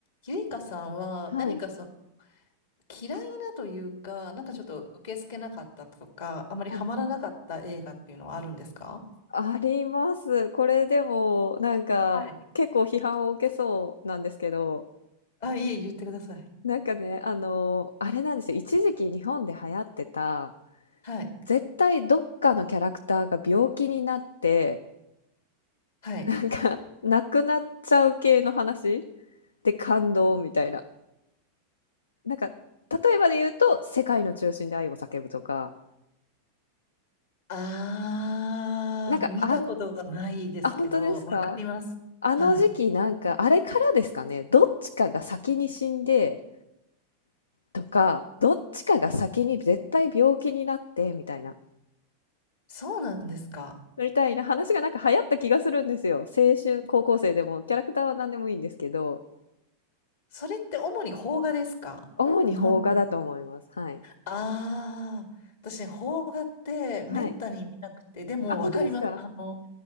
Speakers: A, on the left; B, on the left.
A: ゆいかさんは何かその
B: はい。
A: 嫌いなというか、なんかちょっと受け付けなかったとか、
B: うんうん。
A: あまりハマらなかった映画っていうのはあるんですか
B: はい。あります。これでも、なんか、
A: はい。
B: 結構批判を受けそうなんですけど、
A: あ、いえ、言ってください。
B: なんかね、あの、あれなんですよ。一時期日本で流行ってた、
A: はい。
B: 絶対どっかのキャラクターが病気になって、
A: はい。
B: なんか、亡くなっちゃう系の話で感動みたいな。なんか、例えばで言うと、世界の中心で愛を叫ぶとか、
A: あー、
B: なんか、
A: 見たことがないですけど、
B: あん、あ、本当ですか
A: わかります。
B: あの時期なんか、
A: はい。
B: あれからですかね、どっちかが先に死んで、とか、どっちかが先に絶対病気になって、
A: うん
B: みたいな、
A: そうなんですか。
B: みたいな話がなんか流行った気がするんですよ。青春、高校生でも、キャラクターは何でもいいんですけど、
A: それって主に邦画ですか日本の。
B: 主に邦画だと思います。はい。
A: ああ私ね、邦画ってめったに見なくて、
B: はい。
A: でもわかります。
B: あ、本当ですか
A: あの、